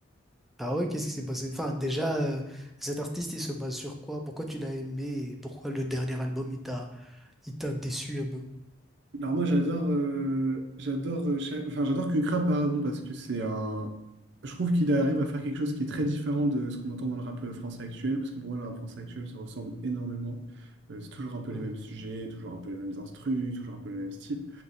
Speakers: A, in the centre; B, on the right.
A: Ah ouais, qu'est-ce qui s'est passé? Enfin, déjà, euh, cet artiste, il se base sur quoi? Pourquoi tu l'as aimé et pourquoi le dernier album, il t'a, il t'a déçu un peu?
B: Alors moi j'adore euh, j'adore euh, cha- enfin j'adore que Kra, pardon parce que c'est un je trouve qu'il arrive à faire quelque chose qui est très différent de ce qu'on entend dans le rap euh, français actuel parce que pour moi le rap français actuel se ressemble énormément Euh, c'est toujours un peu
A: Mhm,
B: les mêmes sujets toujours un peu les mêmes instrus toujours un peu les mêmes styles